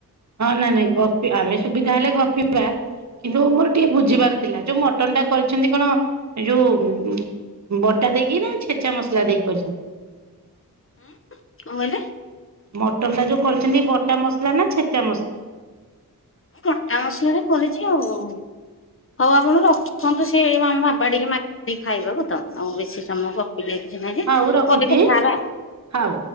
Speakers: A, on the right; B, on the left.
A: ହଁ ନାଇଁ ନାଇଁ ଗ ଆମେ ସୁବିଧା ହେଲେ ଗପିବା। କିନ୍ତୁ ମୋର ଟିକେ ବୁଝିବାର ଥିଲା ଯୋଉ ମଟନ୍ ଟା କରିଛନ୍ତି କଣ ଏଇ ଯୋଉ ବଟା ଦେଇକି ନା ଛେଚା ମସଲା ଦେଇକି କରିଛନ୍ତି।
B: ଆଁ କଣ କହିଲେ।
A: ମଟନ ଟା ଯୋଉ କରିଛନ୍ତି ବଟା ମସଲା ନା ଛେଚା ମସଲା?
B: ବଟା ମସଲାରେ କରିଚି ଆଉ ହଉ ଆପଣ ର ଖନ୍ତୁ ସେ ଆମ ବାବା ଟିକେ ମାଗିଲେ ଖାଇବାକୁ ତ ଆଉ ବେଶୀ ସମୟ ଗପ ଏବେ କିଛି ନାଇଁ ଯେ
A: ହଉ ରଖୁଛି
B: ପରେ କଥା ହବା।
A: ହଉ।